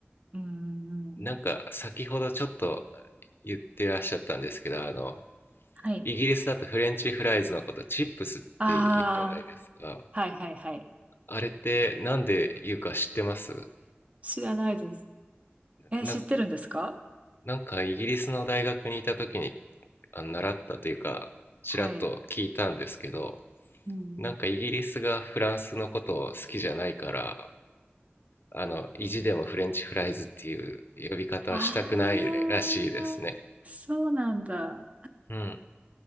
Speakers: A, on the right; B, on the left.
A: うんうんうん。
B: なんか先ほどちょっと言ってらっしゃったんですけど、あの、
A: はい。
B: イギリスだとフレンチフライズのことチップスって言うじゃないですか。
A: ああ、はいはいはい。
B: あれってなんで言うか知ってます
A: 知らないです。え、
B: な、
A: 知ってるんですか
B: なんかイギリスの大学にいた時にあの習ったというか、ちらっと聞いたんですけど、
A: はい。うんうん。
B: なんかイギリスがフランスのことを好きじゃないから、あの、意地でもフレンチフライズっていう呼び方はしたくないらしいですね。
A: ああ、そうなんだ。
B: うん。